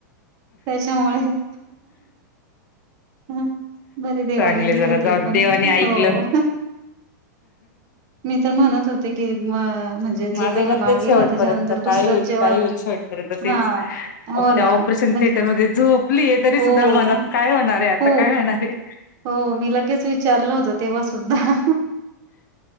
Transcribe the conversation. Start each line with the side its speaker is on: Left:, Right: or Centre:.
Right: त्याच्यामुळे- हम् बर देवानी
Left: चांगले
Right: दिली
Left: जरा
Right: ती
Left: जाऊ दे
Right: पण,
Left: देवाने ऐकलं.
Right: हो. मी तर म्हणत होते की म- म्हणजे
Left: माझं
Right: जे पहिलं
Left: पण
Right: बाळ
Left: तेच
Right: गेलं
Left: शेवटपर्यंत
Right: त्याच्यानंतर
Left: काय
Right: दुसरं
Left: होईल,
Right: जेव्हा
Left: काय होईल शेवट- पर्यंत तेच
Right: हा हो
Left: त्या
Right: ना
Left: ऑपरेशन
Right: म्हणजे
Left: थिएटर मध्ये झोप - आहे तरी
Right: हो
Left: सुद्धा मनात काय होणार आहे आता
Right: खूप
Left: काय होणार आहे.
Right: हो मी लगेच विचारलं होत तेव्हा सुद्धा.